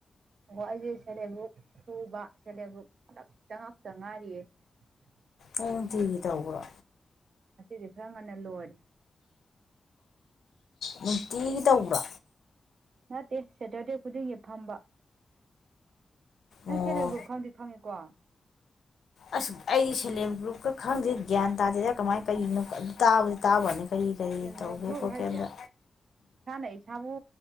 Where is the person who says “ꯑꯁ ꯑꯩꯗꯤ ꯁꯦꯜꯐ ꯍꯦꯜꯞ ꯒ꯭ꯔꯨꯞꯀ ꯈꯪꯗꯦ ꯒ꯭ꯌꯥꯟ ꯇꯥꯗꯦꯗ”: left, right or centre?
Left